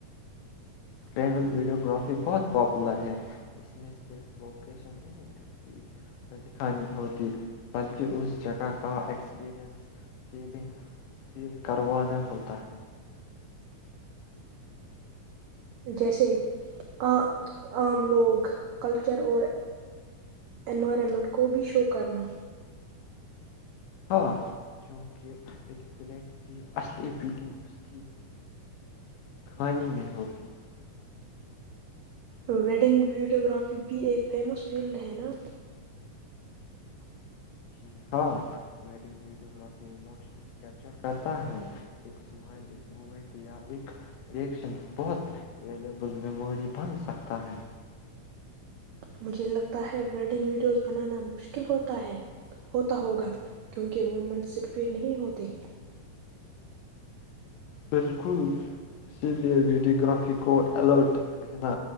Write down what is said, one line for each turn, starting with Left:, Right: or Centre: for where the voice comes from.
Left: ٹریول ویڈیوگرافی بہت پاپولر ہے اس میں صرف ووکیشن نہیں دکھتی اور دکھانی ہوتی بلکہ اس جگہ کا ایکسپریئنس فیلنگ فیل کروانا ہوتا ہے
Right: جیسے ع عام لوگ کلچر اور انوائرمنٹ کو بھی شو کرنا
Left: ہاں کیونکہ ایک پلیس کی اصلی بیوٹی اس کی کانی میں ہوتی ہے
Right: ویڈنگ ویڈیوگرافی بھی ایک فیمس فیلڈ ہے نا
Left: جی ہاں ویڈنگ ویڈیو گافیموشن کیپچر کرتا ہے ایک سمائل ایک مومنٹ یا ایکشن بہت ویبل میموری بن سکتا ہے
Right: مجھے لگتا ہے ویڈنگ ویڈیوز بنانا مشکلتا ہوتا ہوگا کیونکہ موومنٹ صرپیٹ نہیں ہوتے
Left: بالکل اسی لیے وڈ گرافی کو الرٹ رہنا